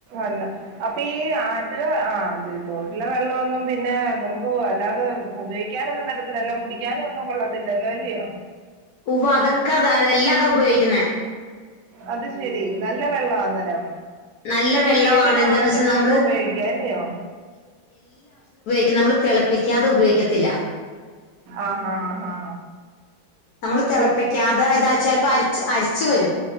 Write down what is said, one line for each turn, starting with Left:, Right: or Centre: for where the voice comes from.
Right: അല്ല, അപ്പൊ ഈ ആറ്റില ആ അത് തോട്ടിലെ വെള്ളമൊന്നും പിന്നെ... നമുക്ക് അല്ലാതെ ഉപയോഗിക്കാനൊന്നും പറ്റത്തില്ലല്ലോ? കുടിക്കാനൊന്നും കൊള്ളത്തില്ലല്ലോ അല്ലയോ?
Left: ഉൂവ, അതൊക്കെ അതാ എല്ലാ അതാ ഉപയോഗിക്കുന്ന്.
Right: അത് ശരി, നല്ല വെള്ളം അന്നേരം
Left: നല്ല വെള്ളമാണ്
Right: വീട്ടിലെ
Left: എന്താന്ന്
Right: ആവശ്യത്തിനൊക്കെ
Left: വെച്ചാൽ നമ്മള്
Right: ഉപയോഗിക്കല്ലയോ?
Left: ഇത് നമ്മള് തിളപ്പിക്കാതെ ഉപയോഗിക്കത്തില്ല.
Right: ആഹ ഹ ഹ ആഹ് ആ
Left: നമ്മൾ തിളപ്പിക്കാതെ ഇതാ ചിലപ്പോ അരിച്ച് അരിച്ചു വരും